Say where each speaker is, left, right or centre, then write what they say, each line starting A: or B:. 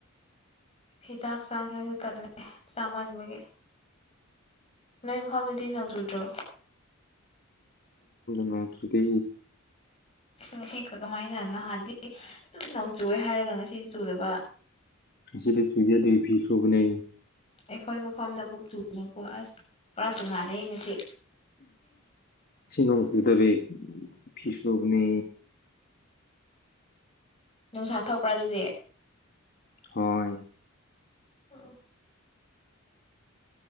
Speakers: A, on the left; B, on the left.
A: ꯍꯤꯗꯥꯛ ꯆꯥꯡꯉꯁꯨ ꯇꯠꯂꯦ ꯆꯥꯝꯃꯟꯕꯒꯤ ꯅꯪ ꯏꯝꯐꯥꯜꯗꯥꯗꯤ ꯅꯣꯡ ꯆꯨꯗ꯭ꯔꯣ
B: ꯅꯣꯡ ꯆꯨꯗꯦ
A: ꯉꯁꯤ ꯀꯃꯥꯏꯅ ꯅꯍꯥꯟꯗꯤ ꯁꯨꯝ ꯅꯣꯡ ꯆꯨꯑꯦ ꯍꯥꯏꯔꯒ ꯉꯁꯤꯗꯤ ꯆꯨꯗꯕ
B: ꯉꯁꯤꯗꯤ ꯆꯨꯗꯤ ꯑꯗꯨꯒꯤ ꯐꯤ ꯁꯨꯕꯅꯦ
A: ꯑꯩꯈꯣꯏ ꯃꯐꯝꯗ ꯑꯃꯨꯛ ꯆꯨꯕꯀꯣ ꯑꯁ ꯄꯨꯔꯥ ꯇꯨꯉꯥꯟꯅꯩ ꯉꯁꯤ
B: ꯉꯁꯤ ꯅꯣꯡ ꯁꯨꯗꯕꯑꯤ ꯐꯤ ꯁꯨꯕꯅꯦ
A: ꯅꯨꯡꯁꯥ ꯊꯣꯛꯄ꯭ꯔꯥ ꯑꯗꯨꯗꯤ
B: ꯍꯣꯏ
A: <inaudible>